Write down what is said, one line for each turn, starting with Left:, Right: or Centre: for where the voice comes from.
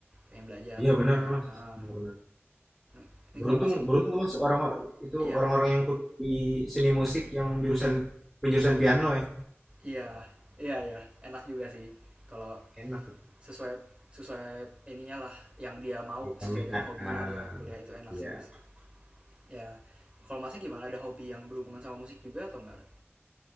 Right: pengen belajar
Centre: Iya
Right: aku
Centre: benar
Right: pengen
Centre: Mas,
Right: ha
Centre: benar-benar.
Right: ini kalau
Centre: Beruntung
Right: masih
Centre: beruntung tuh Mas orang itu
Right: iya
Centre: orang-orang yang kuliah di seni musik yang jurusan penjurusan piano ya.
Right: iya iya iya enak juga sih kalau
Centre: Enak tuh.
Right: sesuai sesuai ininya lah yang dia mau
Centre: Ya, peminat.
Right: sesuai dengan hobinya
Centre: Ah,
Right: dia kuliah itu enak
Centre: iya.
Right: sih mas ya kalau masih gimana ada hobi yang berhubungan sama musik juga atau nggak ada